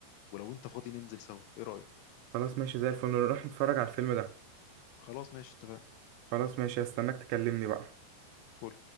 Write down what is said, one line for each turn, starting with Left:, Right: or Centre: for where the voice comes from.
Left: ولو انت فاضي ننزل سوا ايه رايك
Right: خلاص ماشي زي الفل نروح نتفرج على الفيلم ده
Left: خلاص ماشي اتفقنا
Right: خلاص ماشي هستناك تكلمني بقى
Left: فل